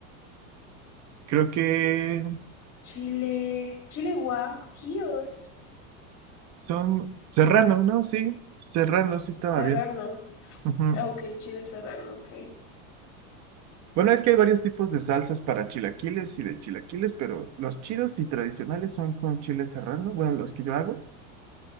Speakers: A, on the right (about 40°); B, on the left (about 40°).
A: creo que.
B: Chile, Chile Guajillos,
A: Son serrano, ¿no? Sí, serrano, sí estaba
B: Serrano.
A: bien. Ujú.
B: Ah, Ok, Chile Serrano, ok.
A: Bueno, es que hay varios tipos de salsas para chilaquiles y de chilaquiles, pero los chidos y tradicionales son con chile serrano, bueno, los que yo hago.